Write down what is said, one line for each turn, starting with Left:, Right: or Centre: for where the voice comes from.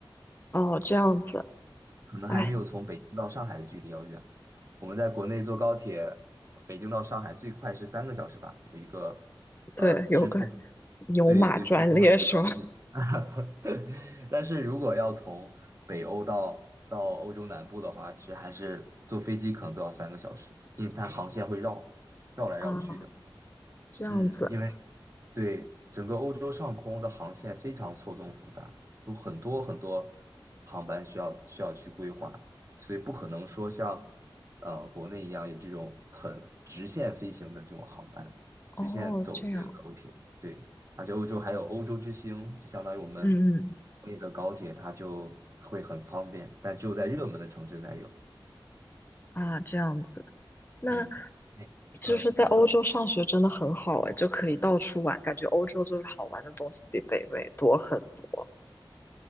Left: 哦，这样子，
Right: 可能还没有从北京到上海的距离要远。
Left: 哎，
Right: 我们在国内坐高铁，北京到上海最快是三个小时吧，有一个
Left: 对，
Right: 呃直通，
Left: 有个牛马专列是吗？
Right: 对，就直通的一个高铁。<laughs> 但是如果要从北欧到到欧洲南部的话，其实还是坐飞机可能都要三个小时，因为它航线会绕绕来绕去的。
Left: 啊，这样子，
Right: 嗯，因为。对，整个欧洲上空的航线非常错综复杂，有很多很多航班需要需要去规划，所以不可能说像呃国内一样有这种很直线飞行的这种航班，
Left: 哦，
Right: 直线走的这个高铁。
Left: 这样，
Right: 对，而且欧洲还有欧洲之星，就相当于我们
Left: 嗯
Right: 那个高铁，它就会很方便，但只有在热门的城市才有。
Left: 嗯，啊，这样的。那
Right: 嗯哎嗯，
Left: 就是在欧洲上学真的很好哎，
Right: 你说，
Left: 就可以到处玩，感觉欧洲就是好玩的东西比北美多很多。